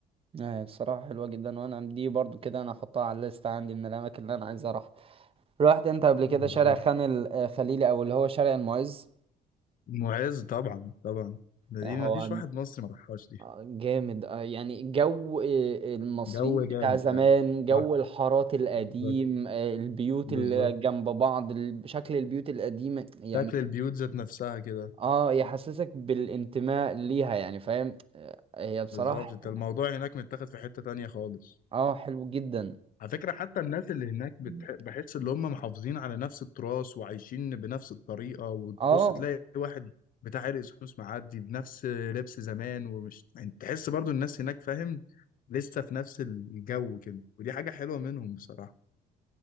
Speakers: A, on the right; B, on the left.
A: آه، بصراحة حلوة جدا وانا دي برضو كده انا احطها على الليست عندي من الاماكن اللي انا عايز اروح رحت انت قبل كده
B: بالظبط
A: شارع خان الخليلي او اللي هو شارع المعز
B: معز طبعا طبعا ده
A: آه،
B: دي
A: هو
B: مفيش واحد مصري ما راحهاش دي
A: جامد آه، يعني جو آه، المصريين
B: جو
A: بتاع
B: جامد
A: زمان
B: فعلا
A: جو
B: صح
A: الحارات القديم
B: بالظبط
A: آه، البيوت اللي
B: بالظبط
A: جنب بعض ال- شكل البيوت القديمة يعني
B: شكل البيوت ذات نفسها كده
A: اه يحسسك بالانتماء ليها يعني فاهم آه، هي بصراحة
B: بالظبط انت الموضوع هناك متاخد في حتة تانية خالص
A: اه حلو جدا
B: على فكرة حتى الناس اللي هناك بتح...
A: مم.
B: بحس ان هم محافظين على نفس التراث وعايشين بنفس الطريقة وتبص
A: اه
B: تلاقي واحد بتاع عرق سوس معدي بنفس لبس زمان ومش يعني تحس برضو الناس هناك فاهم لسه في نفس الجو كده ودي حاجة حلوة منهم بصراحة